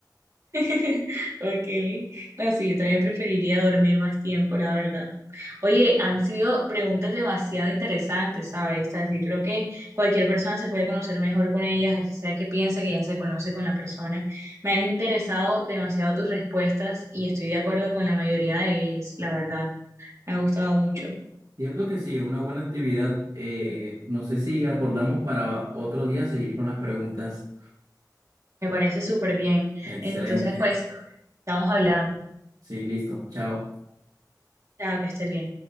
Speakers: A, on the right; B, on the right.
A: <laughs> Okay, no, sí, yo también preferiría dormir más tiempo, la verdad. Oye, han sido preguntas demasiado interesantes, ¿sabes? O sea, sí, creo que cualquier persona se puede conocer mejor con ellas, así sea que piensa que ya se conoce con la persona. Me han interesado demasiado tus respuestas y estoy de acuerdo con la mayoría de ellas, la verdad. Me ha gustado mucho.
B: Cierto que sí, es una buena actividad. Eh, no sé si acordamos para otro día seguir con las preguntas.
A: Me parece súper bien.
B: Excelente.
A: Entonces, pues, estamos hablando.
B: Sí, listo. Chao.
A: Chao, que estés bien.